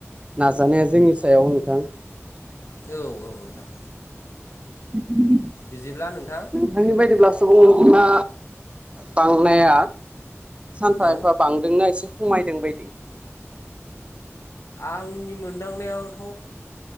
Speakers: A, on the right; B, on the left.
A: नाजानाया जोंनि सायाव नोंथां
B: औ औ नोंथां
A: <inaudible>
B: बिदिब्ला नोंथां
A: नोंनि बायदिब्ला सुबुं अनजिमा बांनाया सानफा
B: औ
A: एफा बांदोंना एसे खमायदों बायदि
B: आंनि मोनदांनायावथ